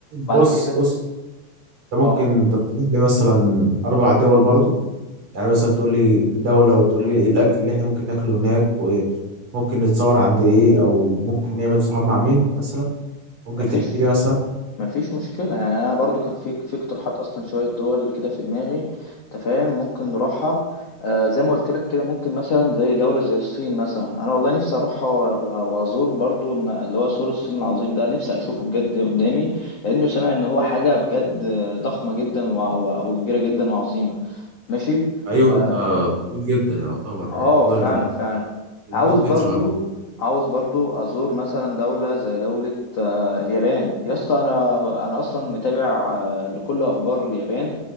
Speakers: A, on the left; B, on the right.
A: بعد
B: بص
A: كده
B: بص انت
A: اه
B: ممكن تقترح لي مثلا اربع دول برضو يعني مثلا تقول لي دولة وتقول لي ايه الاكل اللي احنا ممكن ناكله هناك وممكن نتصور عند ايه او ممكن نعمل صحاب مع مين مثلا ممكن
A: مفيش
B: تحكي لي مثلا
A: مفيش مشكلة يعني أنا برضو كان في في اقتراحات أصلا شوية دول كده في دماغي أنت فاهم ممكن نروحها آه زي ما قلت لك كده ممكن مثلا زي دولة زي الصين مثلا أنا والله نفسي أروحها و- و- وأزور برضو الم- اللي هو سور الصين العظيم ده نفسي أشوفه بجد قدامي لأنه سامع إن هو حاجة بجد ضخمة جدا وع- وع- وكبيرة جدا وعظيمة ماشي
B: ايوه
A: آه،
B: ده طويل جدا يعتبر يعني
A: اه
B: طول
A: فعلا فعلا
B: 100
A: عاوز برضو
B: متر ولا
A: عاوز برضو ازور مثلا دولة زي دولة آه، اليابان يا اسطى انا انا اصلا متابع آه، لكل اخبار اليابان